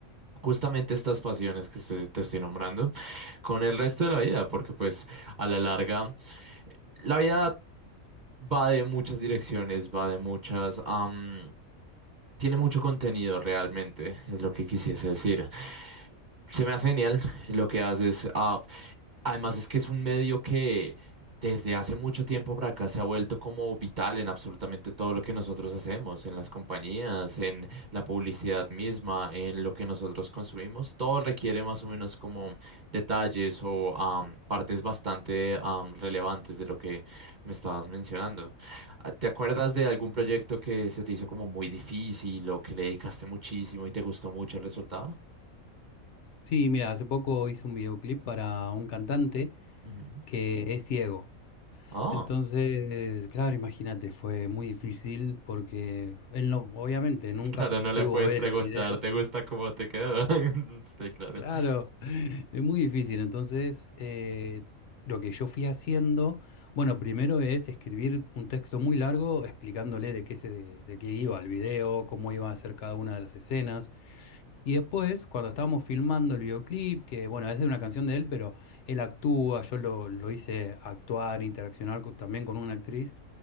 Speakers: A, on the right (about 35°); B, on the left (about 65°).
A: justamente estas pasiones que se- te estoy nombrando, con el resto de la vida, porque pues a la larga la vida va de muchas direcciones, va de muchas, am, tiene mucho contenido realmente, es lo que quisiese decir. Se me hace genial lo que haces. ah, además es que es un medio que desde hace mucho tiempo para acá se ha vuelto como vital en absolutamente todo lo que nosotros hacemos, en las compañías, en la publicidad misma, en lo que nosotros consumimos. Todo requiere más o menos como detalles o am, partes bastante am, relevantes de lo que me estabas mencionando. Ah, ¿Te acuerdas de algún proyecto que se te hizo como muy difícil o que le dedicaste muchísimo y te gustó mucho el resultado?
B: Sí, mira, hace poco hice un videoclip para un cantante
A: Ujú.
B: que es ciego.
A: Oh,
B: Entonces, claro, imagínate, fue muy difícil porque él no, obviamente nunca
A: <laughs> claro, no le
B: pudo
A: puedes
B: ver
A: preguntar,
B: el video.
A: ¿te
B: <laughs>
A: gusta cómo te quedó? <laughs> Sí, claro.
B: Claro, es muy difícil. Entonces, eh, lo que yo fui haciendo, bueno, primero es escribir un texto muy largo explicándole de qué se, de qué iba el video, cómo iba a ser cada una de las escenas. Y después, cuando estábamos filmando el videoclip, que bueno, es de una canción de él, pero él actúa, yo lo, lo hice actuar, interaccionar co- también con una actriz.